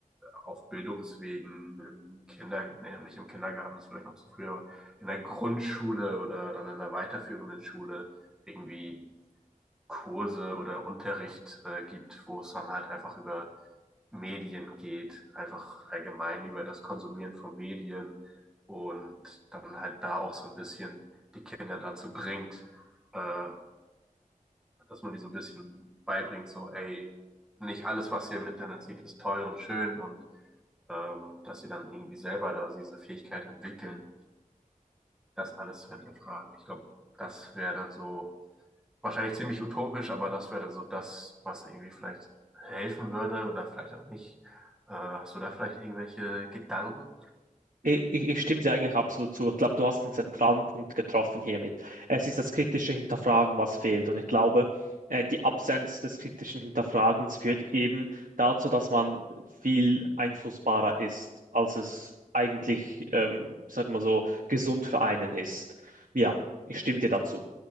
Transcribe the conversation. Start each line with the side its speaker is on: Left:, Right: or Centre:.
Centre: auf Bildungswegen im Kinder, nee, nicht im Kindergarten, das ist vielleicht noch zu früh, aber in der Grundschule oder dann in der weiterführenden Schule irgendwie Kurse oder Unterricht äh, gibt, wo es dann halt einfach über Medien geht, einfach allgemein über das Konsumieren von Medien und dann halt da auch so ein bisschen die Kinder dazu bringt, äh, dass man die so ein bisschen beibringt, so, ey, nicht alles, was ihr im Internet sieht, ist toll und schön und ähm, dass sie dann irgendwie selber da diese Fähigkeit entwickeln, das alles zu hinterfragen. Ich glaube, das wäre dann so wahrscheinlich ziemlich utopisch, aber das wäre dann so das, was irgendwie vielleicht helfen würde oder vielleicht auch nicht. Äh, hast du da vielleicht irgendwelche Gedanken?
Right: Ich, ich ich stimme dir eigentlich absolut zu. Ich glaube, du hast den zentralen Punkt getroffen hiermit. Es ist das kritische Hinterfragen, was fehlt. Und ich glaube, äh, die Absenz des kritischen Hinterfragens führt eben dazu, dass man viel einflussbarer ist, als es eigentlich, ähm, sag mal so, gesund für einen ist. Ja, ich stimme dir dazu.